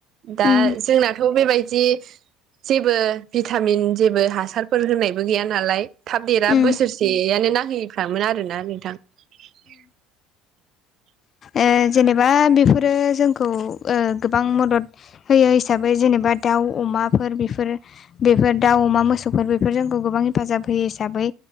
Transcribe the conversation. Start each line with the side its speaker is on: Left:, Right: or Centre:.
Right: दा
Left: उम
Right: जोंनाथ' बेबायदि जेबो भिथामिन जेबो हासारफोर होनायबो गैया नालाय थाब देरा
Left: उम
Right: बोसोरसे सेयानो नांहैफ्रामो आरो ना नोंथां। <inaudible>
Left: ए जेनेबा बेफोरो जोंखौ ओ गोबां मदद होयो हिसाबै जेनेबा दाउ अमाफोर बेफोरो बेफोर दा- अमा मोसौफोर बेफोर जोंखौ गोबां हेफाजाब होयो हिसाबै